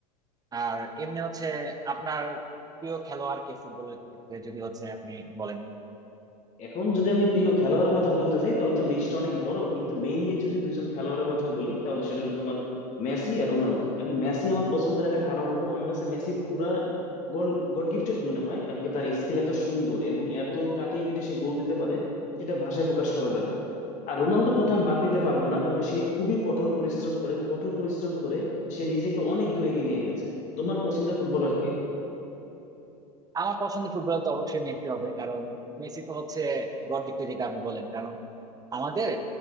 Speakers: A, on the right; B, on the left.
A: আর এমনি হচ্ছে আপনার প্রিয় খেলোয়াড় কে ফুটবলের ক্ষেত্রে যদি হচ্ছে আপনি বলেন
B: এখন যদি আমি প্রিয় খেলোয়াড়ের কথা বলতে চাই তাহলে তো লিস্ট অনেক বড় কিন্তু মেইনলি যদি দুজন খেলোয়াড়ের কথা বলি তাহলে সেটা হলো তোমার মেসি আর রোনালদো এখন মেসি আমার পছন্দের একটা কারণ হলো আমার কাছে মেসি পুরা গল গড গিফটেড মনে হয় কারণ কি তার স্কিল এত সুন্দর এবং এত কাটিয়ে কেটে সে গোল দিতে পারে সেটা ভাষায় প্রকাশ করা যাবে না আর রোনালদোর কথা আমি বাদ দিতে পারবো না কারণ সে খুবই কঠোর পরিশ্রম করে এবং কঠোর পরিশ্রম করে সে নিজেকে অনেক দূর এগিয়ে নিয়ে গেছে তোমার পছন্দের ফুটবলার কে
A: আমার পছন্দের ফুটবলার তো অবশ্যই মেসি হবে কারণ মেসি তো হচ্ছে গড়দিকটা যেটা আপনি বলেন কারণ আমাদের